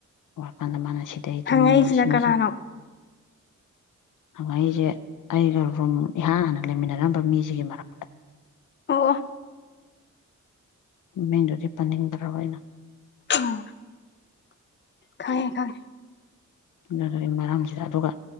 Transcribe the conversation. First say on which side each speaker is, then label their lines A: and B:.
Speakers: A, on the left; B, on the left.
A: ꯋꯥ ꯀꯥꯟꯗ ꯃꯥꯅ ꯁꯤꯗꯩꯗꯨꯅꯦ
B: ꯍꯪꯉꯛꯏꯁꯤꯅ
A: ꯁꯤꯅꯤ
B: ꯀꯅꯥꯅꯣ
A: ꯁꯤꯅꯤ ꯍꯪꯉꯛꯏꯖꯦ ꯑꯩꯒ ꯔꯨꯝ ꯏꯍꯥꯟ ꯍꯥꯟꯅ ꯂꯩꯃꯤꯟꯅꯔꯝꯕ ꯃꯤꯖꯤꯒꯤ ꯃꯔꯛ
B: ꯑꯣ ꯑꯣ
A: ꯃꯃꯤꯡꯗꯨꯗꯤ ꯄꯟꯅꯤꯡꯗ꯭ꯔꯕ ꯑꯩꯅ
B: ꯎꯝ ꯈꯪꯉꯦ ꯈꯪꯉꯦ
A: ꯑꯗꯨꯗꯨꯒꯤ ꯃꯔꯝꯖꯤꯗ ꯑꯗꯨꯒ